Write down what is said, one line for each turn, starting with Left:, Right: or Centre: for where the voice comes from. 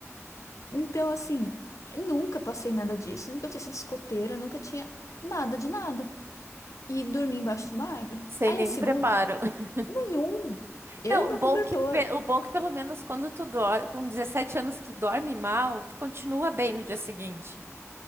Left: Então, assim, nunca passei nada disso, nunca tinha sido escoteira, nunca tinha nada de nada. e dormi embaixo de uma árvore.
Right: Sem
Left: Aí
Right: nenhum
Left: a segunda,
Right: preparo. <laughs>
Left: nenhum. Eu
Right: Não,
Left: e meu
Right: o bom
Left: cobertor,
Right: que, pe- o bom que pelo menos quando tu dorme, com 17 anos tu dorme mal, tu continua bem no dia seguinte.